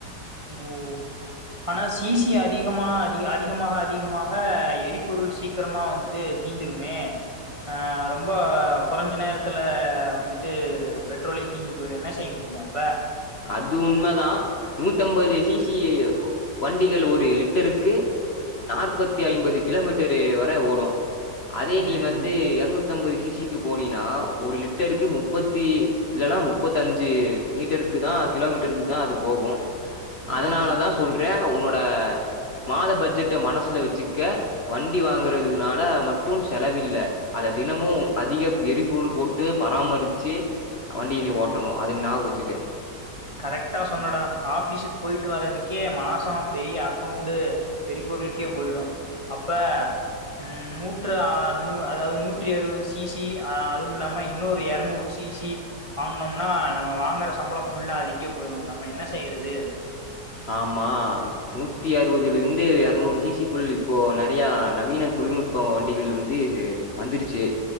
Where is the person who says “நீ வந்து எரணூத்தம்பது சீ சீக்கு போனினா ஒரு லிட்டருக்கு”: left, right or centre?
Left